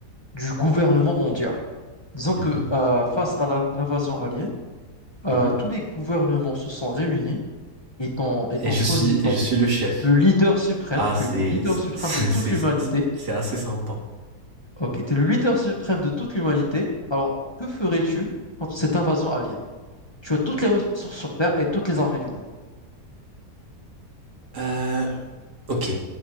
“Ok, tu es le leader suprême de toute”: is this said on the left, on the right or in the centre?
Left